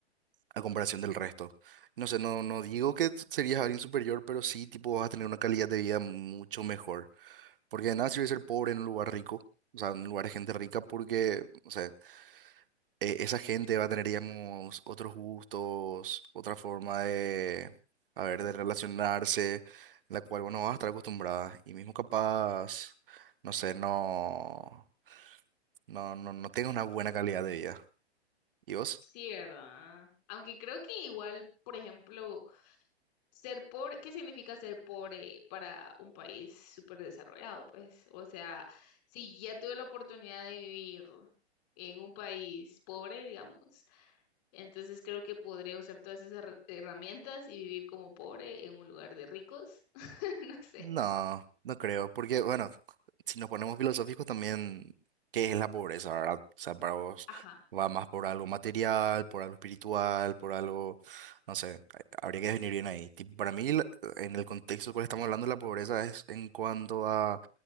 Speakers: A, on the right; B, on the left.
A: a comparación del resto. No sé, no, no digo que serías alguien superior, pero sí tipo vas a tener una calidad de vida mucho mejor. Porque de nada sirve ser pobre en un lugar rico, o sea, en un lugar de gente rica, porque... O sea, eh, esa gente va a tener, digamos, otros gustos, otra forma de, a ver, de relacionarse, la cual uno va a estar acostumbrada. Y mismo capaz, no sé, no, no, no, no tenga una buena calidad de vida. ¿Y vos?
B: Sí, ¿verdad? Aunque creo que igual, por ejemplo, ser pobre, ¿qué significa ser pobre para un país súper desarrollado? Pues, o sea, si ya tuve la oportunidad de vivir en un país pobre, digamos, entonces creo que podría usar todas esas her- herramientas y vivir como pobre en un lugar de ricos, <laughs> no sé.
A: No, no creo, porque bueno, si nos ponemos filosóficos también, ¿qué es la pobreza, verdad? O sea, para vos
B: Ajá.
A: va más por algo material, por algo espiritual, por algo, no sé, ha- habría que definir bien ahí. Tipo, para mí, la- en el contexto en el cual estamos hablando, la pobreza es en cuanto a